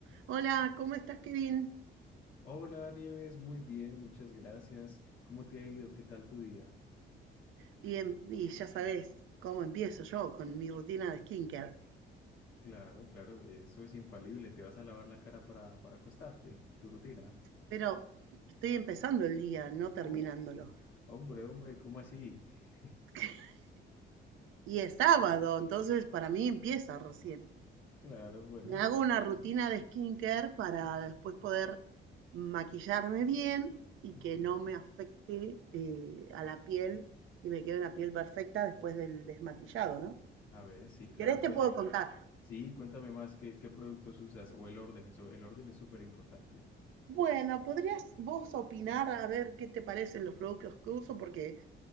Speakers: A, on the right; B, on the left.
A: Hola, ¿cómo estás, Kevin?
B: Hola Nieves, muy bien, muchas gracias. ¿Cómo te ha ido? ¿Qué tal tu día?
A: Y, em- y ya sabes cómo empiezo yo con mi rutina de skincare,
B: Claro, claro, eso es infalible. Te vas a lavar la cara para, para acostarte, tu rutina.
A: pero estoy empezando el día, no terminándolo.
B: Oh, hombre, hombre, ¿cómo así? <laughs>
A: <laughs> Y es sábado, entonces para mí empieza recién.
B: Claro, bueno,
A: Me hago
B: te entiendo.
A: una rutina de skincare para
B: Ujú,
A: después poder maquillarme bien y
B: ujú.
A: que no me afecte eh, a la piel y me quede una piel perfecta después del desmaquillado, ¿no?
B: A ver, sí,
A: Si
B: claro.
A: querés te
B: cuen-
A: puedo contar.
B: sí, cuéntame más, ¿qué, qué productos usas? O el orden, so- el orden es súper importante.
A: Bueno, ¿podrías vos opinar a ver qué te parecen los productos que uso? Porque